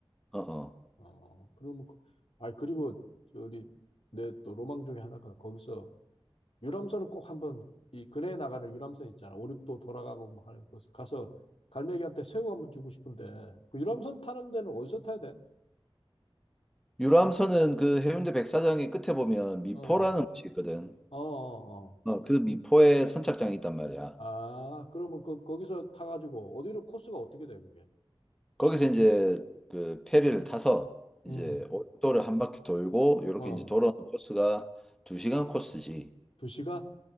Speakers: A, in the centre; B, on the left.
A: 어, 어.
B: 어, 그러면, 그- 아, 그리고 저기 내 또 로망 중에 하나가 거기서 유람선은 꼭 한번 이 근해에 나가는 유람선 있잖아. 오륙도 돌아가고 뭐 하는 곳 가서 갈매기한테 새우 한번 주고 싶은데 그 유람선 타는 데는 어디서 타야 돼?
A: 유람선은 그 해운대 백사장의 끝에 보면 미포라는
B: 어,
A: 곳이 있거든.
B: 어, 어, 어.
A: 어, 그 미포에 선착장이 있단 말이야.
B: 아, 그러면 그 거기서 타가지고 어디로 코스가 어떻게 돼, 그게?
A: 거기서 이제 그 페리를 타서 이제
B: 음,
A: 오도를 한 바퀴 돌고 요렇게
B: 어,
A: 이제 돌아오는 코스가 두 시간 코스지.
B: 두 시간?